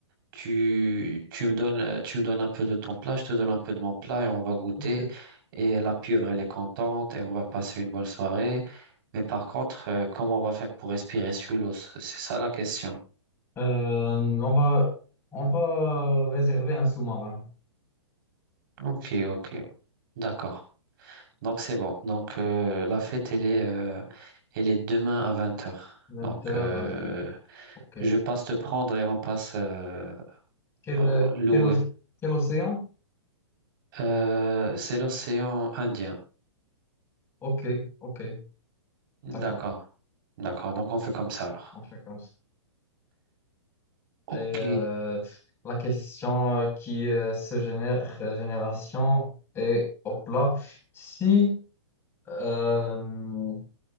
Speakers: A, on the right; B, on the left.
A: tu, tu me donnes, euh, tu me donnes un peu de ton plat, je te donne un peu de mon plat et on va goûter.
B: Ok.
A: Et la pieuvre, elle est contente et on va passer une bonne soirée. Mais par contre, euh, comment on va faire pour respirer sous l'eau? C'est c'est ça la question.
B: Euh, on va, on va réserver un sous-marin.
A: Ok, ok, d'accord. Donc c'est bon. Donc euh, la fête, elle est, euh, elle est demain à vingt heures
B: 20
A: Donc
B: heures,
A: euh,
B: euh, ok.
A: je passe te prendre et on passe euh,
B: Quel,
A: euh, louer.
B: quel, oc- quel océan?
A: Euh, c'est l'océan Indien.
B: Ok, ok, d'accord.
A: D'accord, d'accord. Donc on fait comme ça alors.
B: On fait comme ça.
A: Ok,
B: Et euh, la question euh, qui euh, se génère, euh, génération, est, hop là, si, euh,